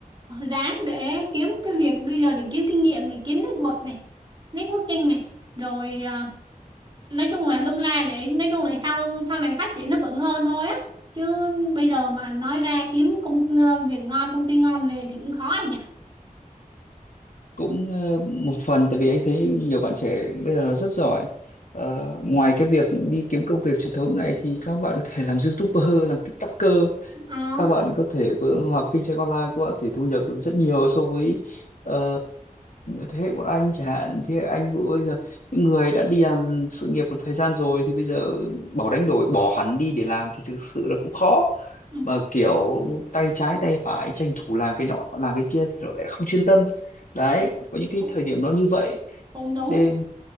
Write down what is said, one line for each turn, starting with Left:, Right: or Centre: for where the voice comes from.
Right: ráng để kiếm cái việc bây giờ để kiếm kinh nghiệm này kiếm network này networking này rồi ờ, nói chung là lung la để nói chung là sau sau này phát triển nó vẫn hơn thôi á chứ bây giờ mà nói ra kiếm công ờ, việc ngon công ty ngon liền thì cũng khó nhỉ
Left: cũng ờ, một phần tại vì anh thấy nhiều bạn trẻ bây giờ rất giỏi Ờ, ngoài cái việc đi kiếm công việc truyền thống này thì các bạn có thể làm YouTuber làm TikToker
Right: Đó.
Left: các bạn có thể có- học kinh doanh online các bạn thì thu nhập được rất nhiều so với ờ, thế hệ bọn anh chẳng hạn thế hệ anh Vũ bây giờ những người đã đi làm sự nghiệp một thời gian rồi thì bây giờ bỏ đánh đổi bỏ hẳn đi để làm thì thực sự là cũng khó
Right: ừ.
Left: mà kiểu tay trái tay phải tranh thủ làm cái nọ làm cái kia thì nó lại không chuyên tâm đấy
Right: ờ,
Left: có những cái
Right: đúng,
Left: thời điểm nó như vậy
Right: cũng đúng
Left: nên